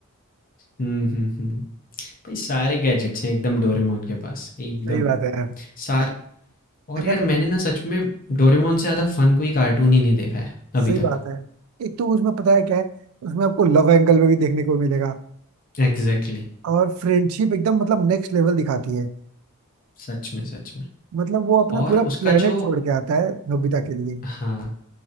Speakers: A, on the left; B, on the right.
A: हुँ, हुँ, हुँ। भाई सारे गैजेट्स हैं एकदम डोरेमोन के पास, एकदम
B: सही बात है यार
A: सार और
B: अगर
A: यार
B: मतलब
A: मैंने ना सच में डोरेमोन से ज़्यादा फ़न कोई कार्टून ही नहीं देखा है अभी
B: सही
A: तक।
B: बात है एक तो उसमें पता है क्या है उसमें आपको लव एंगल में भी देखने को मिलेगा
A: एग्ज़ैक्टली
B: और फ्रेंडशिप एकदम मतलब नेक्स्ट लेवल दिखाती है
A: सच में, सच में
B: मतलब वो अपना
A: और
B: पूरा प्लेनेट
A: उसका जो
B: छोड़ के आता है नोबिता के लिए
A: हाँ।